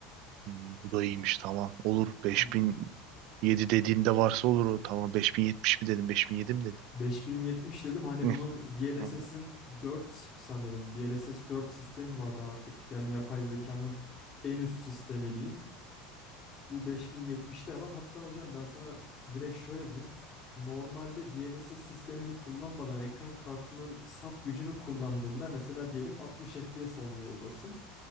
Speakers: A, on the right; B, on the left.
A: Hmm, bu da iyiymiş tamam. Olur 5007
B: Hani
A: dediğinde varsa olur o. Tamam 5070 mi dedim 5007 mi dedim.
B: 5070 dedim hani
A: Hı
B: bunun DLSS'in
A: Anladım.
B: 4 sanırım. DLSS 4 sistemi vardı artık. Yani yapay zekanın en üst sistemi diyeyim. Bu 5070 de var. Hatta hocam ben sana direkt şöyle diyeyim. Normalde DLSS sistemini kullanmadan ekran kartının saf gücünü kullandığında mesela diyelim 60 FPS alıyor olasın